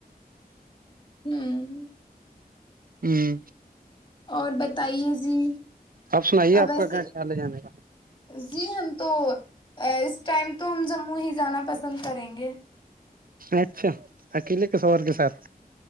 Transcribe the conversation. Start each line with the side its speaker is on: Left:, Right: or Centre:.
Left: ہوں
Right: ہوں
Left: اور بتائیے جی
Right: آپ سنائیے آپ
Left: ویسے
Right: کا کہاں خیال ہے جانے کا
Left: جی ہم تو ا ٹائم تو ہم جموں ہی جانا پسند کریں گے
Right: اچھا اکیلے ک سور کے ساتھ